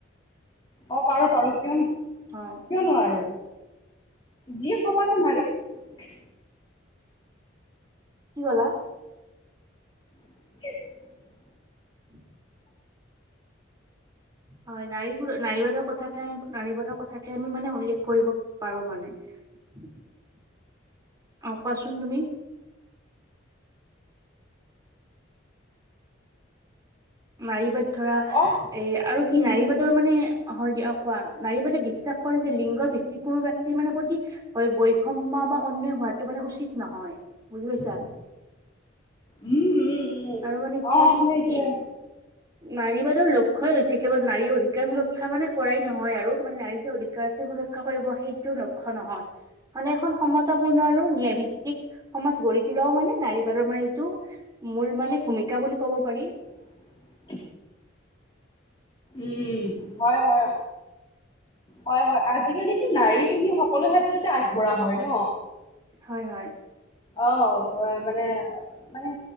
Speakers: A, on the left; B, on the right.
A: অ' পাৰো পাৰো কিয় কিয়
B: হয়
A: নোৱাৰো। যি সমাজত নাৰীক।
B: কি ক'লা।
A: <unintelligible>
B: <unintelligible> হয়, নাৰী নাৰীবাদৰ কথা নাৰীবাদৰ কথা আমি মানে উল্লেখ কৰিব পাৰো মানে। অ' কোৱাচোন তুমি। নাৰীবাদ ধৰা
A: অ
B: এ আৰু কি
A: উম
B: নাৰী বাদৰ মানে হয় দিয়ক। কোৱা নাৰীবাদে বিশ্বাস কৰে যে লিংগৰ ভিত্তিক কোনো ব্যক্তিৰ মানে প্ৰতি বৈষম্য বা অন্যয়। সোৱাটো মানে উচিত নহয় বুজি পাইছা।
A: উম, উম, উম,
B: আৰু মানে
A: অহ'
B: কি
A: হেইটোৱে।
B: ই নাৰীবাদৰ লক্ষ্যই হৈছে কেৱল নাৰীৰ অধিকাৰ সুৰক্ষা মানে কৰাই নহয় আৰু মানে নাৰী যে অধিকাৰ সুৰক্ষা কৰিব সেইটো লক্ষ্যয় নহয় মানে এখন সমতাপূৰ্ণ আৰু ন্যায় ভিত্তিক সম গঢ়ি তোলাও মানে নাৰী বাৰৰ মানে এইটো মূল মানে ভূমিকা বুলি ক'ব পাৰি।
A: <inaudible> উম, হয়, হয়, হয়, হয়। আজিকালিতো নাৰী তুমি সকলো ক্ষেত্ৰতে আগবঢ়া হয় ন।
B: হয়, হয়।
A: অ' অ মানে মানে